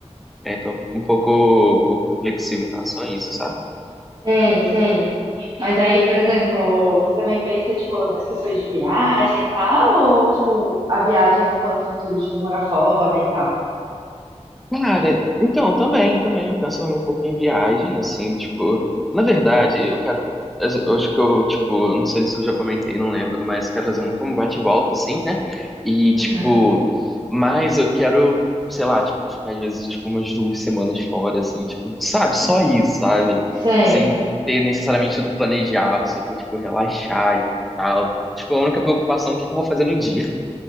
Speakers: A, in the centre; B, on the right (about 40°).
A: É, tô um pouco, um pouco reflexivo em relação a isso, sabe?
B: sei, sei. Mas aí, por exemplo, você também pensa, tipo, nas questões de viagem e tal? Ou, tipo, a viagem é um plano futuro, tipo, morar fora e tal?
A: Cara, então, também, também, eu penso um pouco em viagem, assim, tipo, na verdade, eu quero, eu acho que eu, tipo, eu não sei se eu já comentei, não lembro, mas quero fazer muito um bate e volta, assim, né, e, tipo,
B: Uhum.
A: mas eu quero, sei lá, tipo, ficar, às vezes, tipo, umas duas semanas fora, assim, tipo, sabe, só isso, sabe,
B: Sei,
A: sem ter necessariamente tudo planejado, só pra, tipo, relaxar e tal, tipo, a única preocupação é o que que eu vou fazer no dia